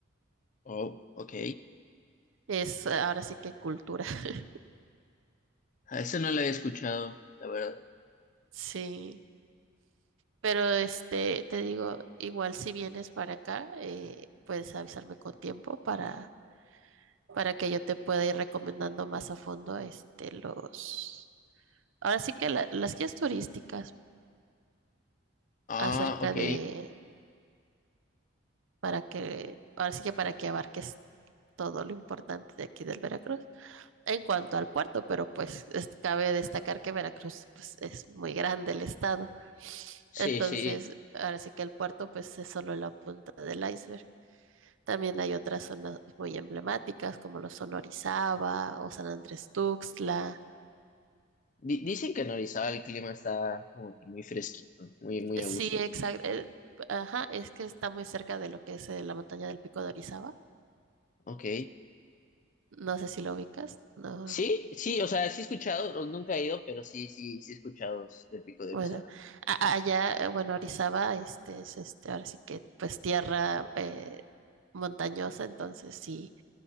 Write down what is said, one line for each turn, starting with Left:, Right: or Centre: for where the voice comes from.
Left: Oh, ok.
Right: Es eh, ahora sí que cultura. <laughs>
Left: A eso no la había escuchado, la verdad.
Right: Sí. Pero este, te digo, igual si vienes para acá, eh, puedes avisarme con tiempo para, para que yo te pueda ir recomendando más a fondo este los, ahora sí que la- las guías turísticas
Left: Ah,
Right: acerca
Left: ok.
Right: de, para que, ahora sí que para que abarques todo lo importante de aquí del Veracruz. en cuanto al puerto, pero pues es, cabe destacar que Veracruz pues, es muy grande el estado.
Left: Sí,
Right: Entonces,
Left: sí.
Right: ahora sí que el puerto pues es solo la punta del iceberg. También hay otras zonas muy emblemáticas como lo son Orizaba o San Andrés Tuxtla.
Left: Di- dicen que en Orizaba el clima está como que muy fresquito, muy, muy
Right: Sí,
Left: a gusto.
Right: exacto. eh, Ajá, es que está muy cerca de lo que es eh, la montaña del Pico de Orizaba.
Left: Ok.
Right: No sé si lo ubicas, no.
Left: Sí, sí, o sea, sí he escuchado, o nunca he ido, pero sí, sí, sí he escuchado del Pico de
Right: Bueno,
Left: Orizaba.
Right: a- a- allá, eh, bueno, Orizaba, este es este, ahora sí que pues tierra eh, montañosa, entonces sí